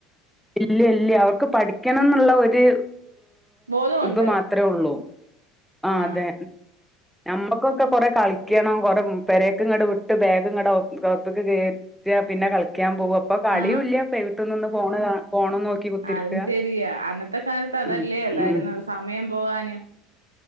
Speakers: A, in the centre; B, on the right (about 80°).
A: ഇല്ല ഇല്ല അവർക്ക് പഠിക്കണം എന്നുള്ള ഒരു
B: ബോധമുണ്ട്
A: ഇത് മാത്ര- അത്രേള്ളൂ ആഹ്
B: ആ
A: അതെ മ്മക്കൊക്കെ കൊറ കളിക്കണം കൊറ പെരക് ഇങ്ങടെ വിട്ട് ബാഗങ്ങടെത്തക്ക് കേറി പിന്നെ കളിക്കാൻ പോക, ഇപ്പൊ കളിയുല്ല
B: ആ
A: വീട്ടിൽ നിന്ന് ഫോൺ ഫോൺ നോക്കി കുത്തിരിക്ക
B: അതും ശെരിയാ അന്നത്തെ കാലത്ത് അതല്ലേ
A: ഉം
B: ഉള്ളായിരുന്നു
A: ഉം
B: സമയം പോകാന്